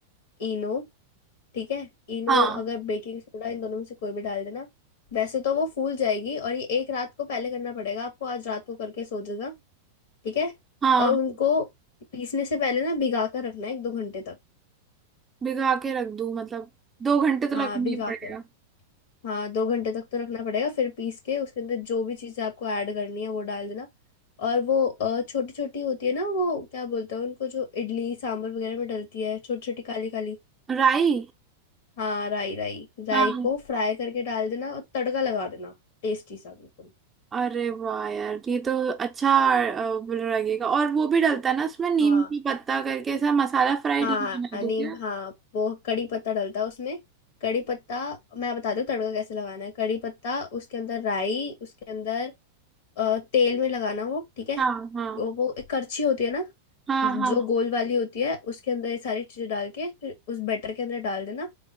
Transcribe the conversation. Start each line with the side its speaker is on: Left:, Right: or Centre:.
Left: इनो ठीक है इनो
Right: हाँ
Left: अगर बेकिंग सोडा इन दोनों में से कोई भी डाल देना वैसे तो वो फूल जाएगी और ये एक रात को पहले करना पड़ेगा आपको आज रात को करके सो जाना ठीक है
Right: हाँ
Left: और उनको पीसने से पहले ना भिगा कर रखना है एक दो घंटे तक
Right: भिगा के रख दूँ मतलब दो घंटे तो
Left: हाँ
Right: रखना
Left: भिगा
Right: ही पड़ेगा
Left: के हाँ दो घंटे तक तो रखना पड़ेगा फिर पीस के उसके अंदर जो भी चीज़ें आपको ऐड करनी है वो डाल देना और वो छोटी छोटी होती है ना वो क्या बोलते हैं उनको जो इडली सांभर वगैरह में डलती है छोटी छोटी काली काली
Right: राई
Left: हाँ राई राई राई
Right: हाँ
Left: को फ्राई करके डाल देना और तड़का लगा देना टेस्टी सा बिल्कुल
Right: अरे वाह यार ये तो अच्छा अ, लगेगा और वो भी डलता है ना उसमें नीम
Left: हाँ
Right: की पत्ता करके ऐसा मसाला फ्राइड
Left: हाँ
Right: बना दूँ
Left: नीम
Right: क्या
Left: हाँ वो कड़ी पत्ता डलता है उसमें कड़ी पत्ता मैं बताती हूँ तड़का कैसे लगाना है कड़ी पत्ता उसके अंदर राई उसके अंदर अ, तेल में लगाना वो ठीक है
Right: हाँ हाँ
Left: वो वो एक करछी होती है ना
Right: हाँ
Left: जो
Right: हाँ
Left: गोल वाली होती है उसके अंदर ये सारी चीजें डाल के फिर उस बैटर के अंदर डाल देना